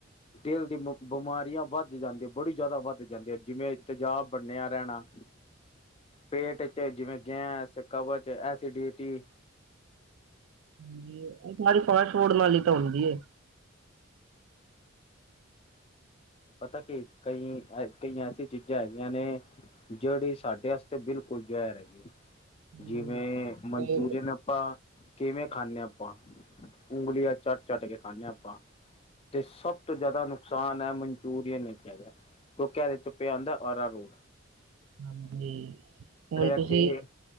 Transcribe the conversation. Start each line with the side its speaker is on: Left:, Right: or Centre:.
Left: ਦਿਲ ਦੀ ਬਿਮਾਰੀਆਂ ਵੱਧ ਜਾਂਦੀ, ਬੜੀ ਜ਼ਿਆਦਾ ਵੱਧ ਜਾਂਦੀ ਹੈ, ਜਿਵੇਂ ਤੇਜ਼ਾਬ ਬੰਨਿਆ ਰਹਿਣਾ, ਪੇਟ ਚ ਜਿਵੇਂ। ਗੈਸ ਕਵਜ ਐਸਿਡੀਿਟੀ।
Right: ਹਾਂ ਇਹ ਸਾਰੀ ਫਾਸਟ ਫੂਡ ਨਾਲ ਹੀ ਤਾਂ ਹੁੰਦੀ।
Left: ਪਤਾ ਕੀ ਕਈ ਕਈ ਐਸੀ ਚੀਜ਼ਾਂ ਹੈਗੀਆਂ ਨੇ ਜਿਹੜੀ ਸਾਡੇ ਵਾਸਤੇ ਬਿਲਕੁਲ ਕੁਝ ਜੈਰ ਹੈਗੇ,
Right: ਹਮ
Left: ਜਿਵੇਂ ਮਨਚੂਰੀਅਨ
Right: ਤੇ
Left: ਆਪਾਂ ਕਿਵੇਂ ਖਾਂਦੇ ਹਾਂ ਆਪਾਂ ਉਂਗਲੀਆਂ ਚੱਟ ਚੱਟ ਕੇ ਖਾਂਦੇ ਹਾਂ ਆਪਾਂ। ਤੇ ਸਭ ਤੋਂ ਜਿਆਦਾ ਨੁਕਸਾਨ ਹੈ। ਚਰੀ ਨ ਕਿਆ ਤੇ ਚੁੱਪਿਆ ਆਉਂਦਾ ਆ ਰੋੜ
Right: ਹਾਂਜੀ ਹੁਣ ਤੁਸੀਂ।
Left: ਕੇ